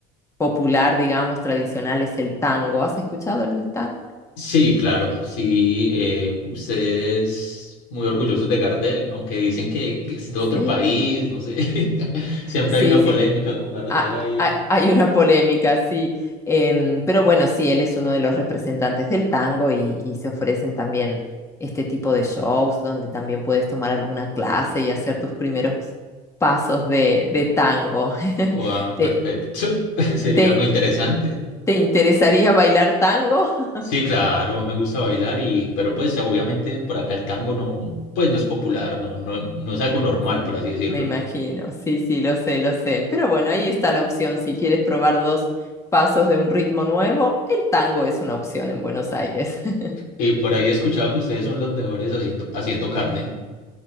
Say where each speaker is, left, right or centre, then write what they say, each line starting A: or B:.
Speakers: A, on the left (about 15°); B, on the left (about 80°).
A: popular, digamos, tradicional es el tango. ¿Has escuchado el del tango? alguna
B: Sí, claro, sí. eh, ustedes muy orgullosos de Gardel, aunque dicen que, que es de otro
A: vez? Sí.
B: país, no sé. <laughs> Siempre
A: Sí,
B: hay una
A: sí.
B: polémica con Gardel
A: ha-
B: ahí.
A: ha- hay una polémica, sí. Em, pero bueno, sí, él es uno de los representantes del tango y, y se ofrecen también este tipo de shows donde también puedes tomar alguna clase y hacer tus primeros pasos de, de tango. <laughs>
B: Ah,
A: ¿Te,
B: perfecto. <laughs> Sería
A: te,
B: muy interesante.
A: te interesaría bailar tango? <laughs>
B: Sí, claro, a mí me gusta bailar y, pero pues obviamente por acá el tango no, pues no es popular, no, no, no es algo normal, por
A: Sí,
B: así decirlo.
A: Me imagino, sí, sí, lo sé, lo sé. Pero bueno, ahí está la opción. Si quieres probar dos pasos de un ritmo nuevo, el tango es una opción en Buenos Aires. <laughs>
B: Y por ahí he escuchado que ustedes son los mejores haciendo, haciendo carne.